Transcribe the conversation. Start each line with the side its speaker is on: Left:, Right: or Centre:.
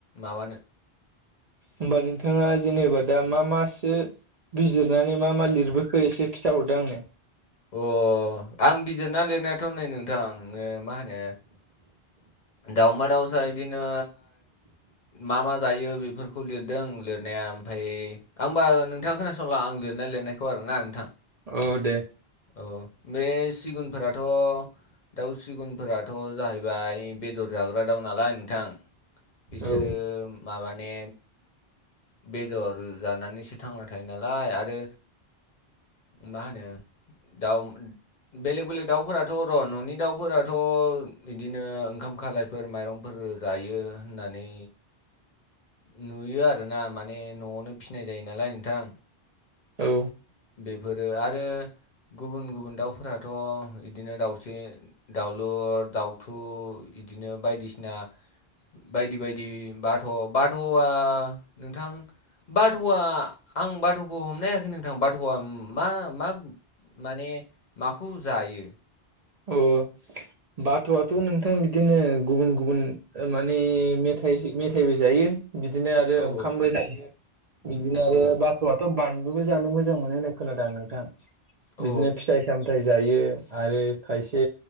Left: माबानो
Right: होमबा नोंथाङा जेनेबा दा मा मासो बिजिरनानै मा मा लिरबोखो एसे खिथाहरदो आंनो
Left: अ आं बिजिरना लिरनायाथ' नै नोंथां ओ माहोनो दाउमा दावसा इदिनो मा मा जायो बेफोरखौ लिरदों लिरनाया ओमफाय हमबा नोंथाङा खोनासंला आं लिरनाय लिर नायखौ आरो ना नोंथां।
Right: औ दे।
Left: औ बे सिगुनफोराथ' दाउ सिगुनफोराथ' जाहैबाय बेदर जाग्रा दाउ नालाय नोंथां। बिसोरो
Right: औ
Left: माबाने बेदर जानानै सो थांना थायो नालाय आरो मा होनो दाउ बेलेग बेलेग दाउफोराथ' र' न'नि दाउफोराथ' बिदिनो ओंखाम खालायफोर माइरंफोर जायो होननानै नुयो आरोना माने न'आवनो फिनाय जायो नालाय नोंथां।
Right: औ।
Left: बेफोरो आरो गुबुन गुबुन दाउफोराथ' बिदिनो दाउस्रि दाउलुर दाउथु बिदिनो बायदिसिना। बायदि बायदि बाथ' बाथ'आ नोंथां। बाथ'आ आं बाथ'खौ हमनो हायाखै नोंथां बाथ'आ मा मा? माने माखौ जायो?
Right: औ। बाथ'आथ' नोंथां बिदिनो गुबुन गुबुन माने मेथाइ मेथाइबो जायो। बिदिनो आरो
Left: औ
Right: ओंखामबो जायो बिदिनो
Left: औ
Right: आरो बाथ'आथ' बान बो जानो मोजां मोनो होननाय खोनादों आं नोंथां
Left: औ
Right: बिदिनो फिथाइ सामथाइ जायो आरो। खायसे